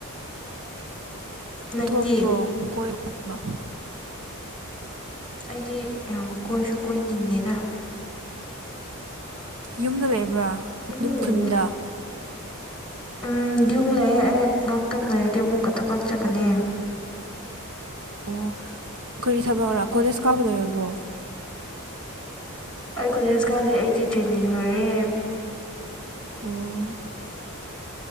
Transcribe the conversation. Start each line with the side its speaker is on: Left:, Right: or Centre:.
Centre: ꯅꯪꯗꯤ
Right: ꯊꯣꯛꯇ꯭ꯔꯣ ꯀꯣꯏꯕ
Centre: ꯑꯩꯗꯤ ꯌꯥꯝ ꯀꯣꯏꯁꯨ ꯀꯣꯏꯅꯤꯡꯗꯦꯗ
Right: ꯌꯨꯝꯗ ꯂꯩꯕ꯭ꯔꯥ
Centre: ꯌꯨꯝꯗ
Right: ꯅꯨꯡꯈꯨꯟꯗ
Centre: ꯂꯩꯕ꯭ꯔꯥ ꯎꯝ ꯌꯨꯝ ꯂꯩꯌꯦꯦ ꯑꯦ ꯉꯥꯏꯍꯥꯛꯇꯪ ꯂꯩꯔꯗꯤ ꯑꯃꯨꯛꯀ ꯊꯕꯛ ꯆꯠꯀꯅꯤ
Right: ꯑꯣ ꯀꯔꯤ ꯊꯕꯛꯧꯔꯥ ꯀꯣꯂꯦꯖ ꯀꯥꯕ ꯂꯩꯣꯏꯔꯕꯣ
Centre: ꯑꯩ ꯀꯣꯂꯦꯖ ꯀꯥꯗꯩ ꯑꯩꯗꯤ ꯇ꯭ꯔꯦꯅꯤꯡ ꯂꯣꯏꯔꯦ
Right: ꯑꯣꯥ